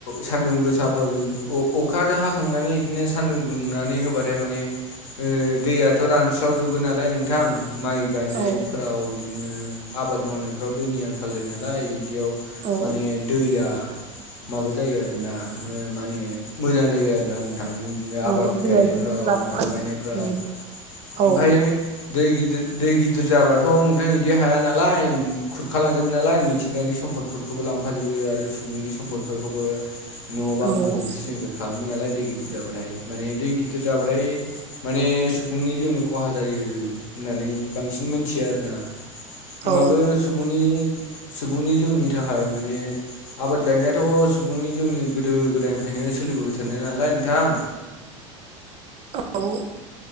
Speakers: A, on the left; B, on the right.
A: सान्दुं गोसाफोर अखाद' हाखांनानै बिदिनो सान्दुं दुंनानै होबाथाय माने दैयाथ' रानस्राव जोब नालाय नोंथां माइ गायनायफोराव
B: औ
A: इदिनो आबाद मावनायफ्राव दैनि आंखाल जायो नालाय इदियाव
B: औ
A: माने दैया माबा जायो आरोना माने मोजां जायो आरोना नोंथां बिदिनो
B: औ
A: आबाद
B: दैया
A: गायनायफ्राव
B: बिदिनो लाबोखागोन
A: माबा गायनायफ्राव
B: उम
A: ओमफ्राय
B: औ
A: दै गिदिर दै गिदिर जाबाथ' नोंथां इदि हाया नालाय खुरखालांजोबो नालाय मिथिंगानि सम्फद फोरखौबो लांफोबो आरो सुबुंनि सम्पदफोरखौबो न' बांंफोरखौबो
B: औ ओं
A: सिलिंखार खालामो नालाय दै गिदिर जाबाथाय माने दै गिदिर जाबाथाय माने सुबुंनि जिउनि खहा जायो होननानै बांसिन मोनथियो आरोना होनबाबो
B: औ
A: सुबुंनि सुबुंनि जिउनि थाखाय माने आबाद गायनायाथ' सुबुंनि जोंनि गोदो गोदायनिफ्रायनो सोलिबोबाय थानाय नालाय नोंथां
B: औ